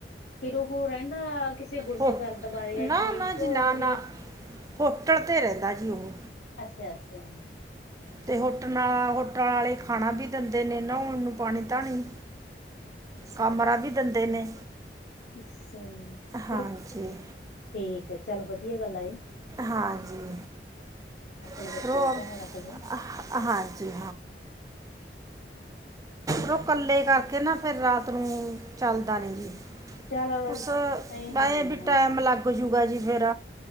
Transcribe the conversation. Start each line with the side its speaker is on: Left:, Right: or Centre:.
Left: ਫੇਿਰ ਉਹ ਰਹਿੰਦਾ ਕਿਸੇ ਗੁਰਦਗਰਦ
Right: ਹੋ
Left: ਬਾਰੇ
Right: ਨਾ
Left: ਅਜੀੀਕ
Right: ਨਾ ਜੀ ਨਾ ਨਾ
Left: ਵੀ
Right: ਹੋਟਲ ਤੇ ਰਹਿੰਦਾ ਜੀ ਉਹ
Left: ਅਛ ਅਸਿਆ
Right: ਤੇ ਹੋਟਲ ਨਾਲ ਹੋ ਟਾਂ ਵਾਲੇ ਖਾਣਾ ਵੀ ਦਿੰਦੇ ਨੇ ਨਾਣ ਨੂੰ ਪਾਣੀ ਧਣੀ ਕਮਰਾ ਵੀ ਦਿੰਦੇ ਨੇ
Left: ਸਹੀ ਫਿਰ
Right: ਹਾਂਜੀ
Left: ਠੀਕ ਹੈ ਚੱਲ ਵਧੀਆ ਗੱਲ ਆ ਜੀ
Right: ਹਾਂਜੀ
Left: ਆਪਣੇ
Right: ਫਿਰ
Left: ਬੱਚੇ
Right: ਉਹ
Left: ਦਾ ਧਿਆਨ ਰੱਖਦੇ ਨੇ
Right: ਹਾਂਜੀ ਰੁੱਖ ਇਕੱਲੇ ਕਰਕੇ ਨਾ ਫਿਰ ਰਾਤ ਤਨੂੰ ਚੱਲਦਾ ਨੀ ਜੀ
Left: ਚੱਲ
Right: ਕੁ ਵਸ
Left: ਐ ਹੋ ਜਾਂਦਾ
Right: ਵੀ ਟੈਮ ਲੱਗ ਜਊ ਹੋਊਗਾ ਜੀ ਫੇਿਰ